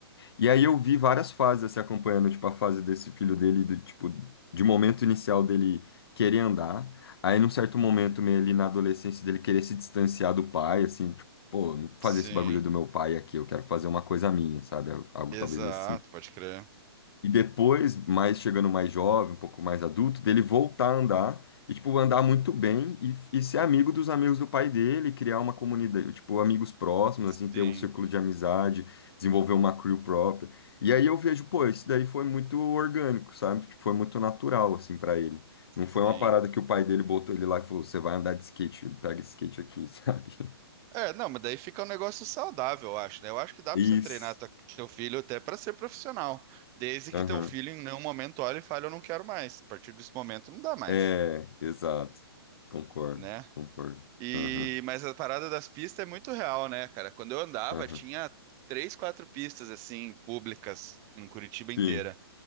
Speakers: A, on the left (about 70°); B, on the right (about 20°).
A: E aí eu vi várias fases assim, acompanhando, tipo, a fase desse filho dele, do, tipo, de momento inicial dele querer andar. Aí num certo momento,
B: Uhum.
A: meio ali na adolescência dele querer se distanciar do pai, assim, tipo, pô, não fazer
B: Sim.
A: esse bagulho do meu pai aqui, eu quero fazer uma coisa minha, sabe? Algo, algo
B: Exato,
A: talvez nesse
B: pode crer.
A: e depois, mais chegando mais jovem, um pouco mais adulto, dele voltar a andar e, tipo, andar muito bem e, e ser amigo dos amigos do pai dele, criar uma comunidade, tipo, amigos próximos,
B: Sim,
A: assim, ter um círculo de amizade, desenvolver uma crew própria. E aí eu vejo, pô, isso daí foi muito orgânico, sabe? Tipo, Foi muito natural, assim, pra ele. Não
B: sim.
A: foi uma parada que o pai dele botou ele lá e falou: você vai andar de skate, pega esse skate aqui, <laughs> sabe?
B: É, não, mas daí fica um negócio saudável, eu acho, né? Eu acho que dá
A: Isso.
B: pra você treinar tua- teu filho até pra ser profissional, desde
A: Aham.
B: que teu filho em nenhum momento olhe e fale, eu não quero mais. A partir desse momento não dá mais,
A: É, exato. Concordo,
B: né?
A: concordo.
B: E
A: Aham.
B: mas a parada das pistas é muito real, né, cara? Quando eu andava,
A: aham.
B: tinha três, quatro pistas assim públicas em Curitiba
A: Sim,
B: inteira.